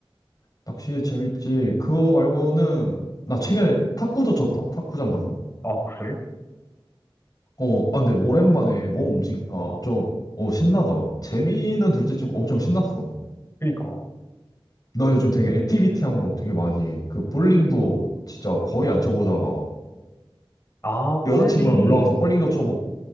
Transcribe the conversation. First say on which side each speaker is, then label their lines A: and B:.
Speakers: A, on the left (about 40°); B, on the left (about 25°).
A: 낚시 재밌지. 그거 말고는 나 최근에 탁구도 쳤다, 탁구장 가서.
B: 아, 그래?
A: 어, 아, 근데 오랜만에 몸 움직이니까 좀, 어, 신나더라. 재미는 둘째치고 엄청 신났어.
B: 그니까.
A: 나 요즘 되게 액티비티한 거 되게 많이 해. 그 볼링도 진짜 거의 안 쳐보다가
B: 아,
A: 여자친구랑
B: 볼링.
A: 놀러 가서 볼링도 쳐보고,